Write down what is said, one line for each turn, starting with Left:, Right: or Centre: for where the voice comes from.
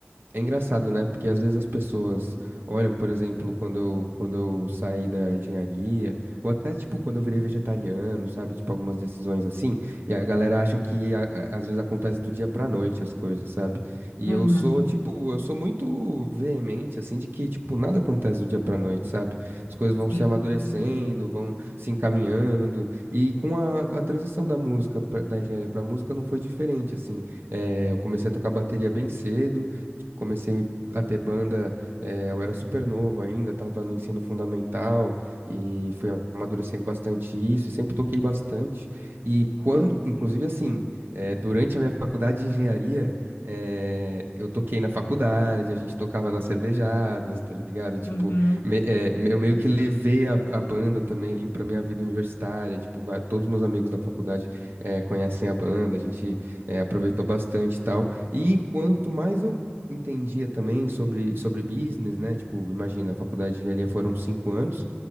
Right: É engraçado, né? Porque às vezes as pessoas olham, por exemplo, quando eu, quando eu saí da engenharia, ou até tipo quando eu virei vegetariano, sabe? Tipo algumas decisões assim, e a galera acha que a- a- às vezes acontece do dia pra noite as coisas, sabe? E
Left: Uhum,
Right: eu sou, tipo, eu sou muito veemente, assim, de que, tipo, nada acontece do dia pra noite, sabe? As coisas vão
Left: sim.
Right: se amadurecendo, vão se encaminhando, e com a, com a transição da música, pra- da engenharia pra música, não foi diferente, assim. Eh, eu comecei a tocar bateria bem cedo. Tipo, comecei a ter banda, eh, eu era super novo ainda, tava no ensino fundamental e fui amadurecendo bastante isso, sempre toquei bastante. E quando, inclusive assim, eh, durante a minha faculdade de engenharia, eh, eu toquei na faculdade, a gente tocava nas cervejadas, tá ligado? Tipo,
Left: Uhum,
Right: me- eh, eu meio que levei a, a banda também pra minha vida universitária, tipo, vai- todos meus amigos da faculdade eh, conhecem a banda, a gente eh, aproveitou bastante e tal. E quanto mais eu entendia também sobre, sobre business, né? Tipo, imagina, a faculdade de engenharia foram cinco anos